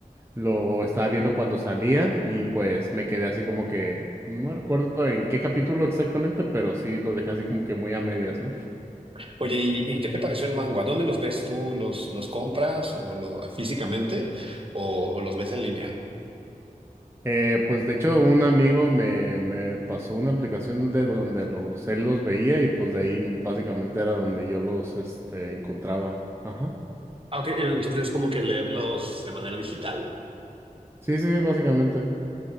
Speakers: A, on the right (about 15°); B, on the right (about 40°).
A: lo estaba viendo cuando salía y pues me quedé así como que, no recuerdo en qué capítulo exactamente, pero sí lo dejé así como que muy a medias, ¿no?
B: <laughs> Oye, ¿y, y qué te pareció el manga? ¿Dónde los ves tú? ¿Los, los compras o lo, físicamente o, o los ves en línea?
A: Eh, pues de hecho un amigo me, me pasó una aplicación de donde los, él los veía y pues de ahí básicamente era donde yo los este, encontraba. Ajá.
B: Ah, Ok, entonces como que leerlos de manera digital.
A: Sí, sí, básicamente.